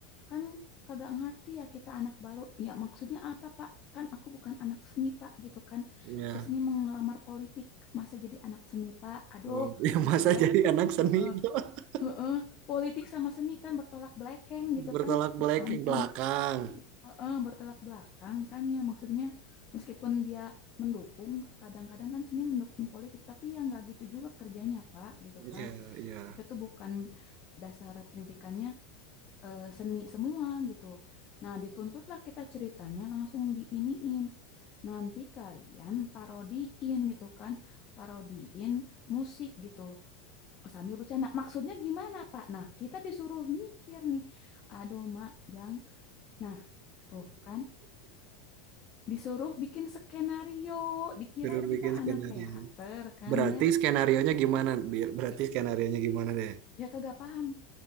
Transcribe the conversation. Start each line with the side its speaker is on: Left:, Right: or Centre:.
Left: Kan kagak ngerti ya kita anak baru. Ya maksudnya apa, Pak? Kan aku bukan anak seni, Pak, gitu kan.
Right: Ya,
Left: Kesini mau ngelamar politik, masa jadi anak seni, Pak? Aduh,
Right: oh, ya
Left: gitu
Right: masa
Left: ya.
Right: jadi anak seni
Left: Heeh,
Right: <laughs>
Left: heeh. Politik sama seni kan bertolak belakang gitu
Right: bertolak
Left: kan. Ya
Right: belakang
Left: ampun,
Right: belakang.
Left: Heeh, bertolak belakang kan ya maksudnya meskipun dia mendukung kadang-kadang kan seni mendukung politik tapi ya nggak gitu juga kerjanya Pak gitu
Right: Ya,
Left: kan
Right: ya.
Left: kita tuh bukan dasar pendidikannya eh, seni semua gitu nah dituntutlah kita ceritanya langsung diiniin nanti kalian parodiin gitu kan parodiin musik gitu Oh, sambil bercanda maksudnya gimana Pak nah kita disuruh mikir nih aduh Mak Jang nah tuh kan disuruh bikin skenario, dikira
Right: Suruh
Left: kita
Right: bikin skenario.
Left: anak teater kan
Right: Berarti
Left: ya.
Right: skenarionya gimana? Bir- Berarti skenarionya gimana deh?
Left: Ya kagak paham,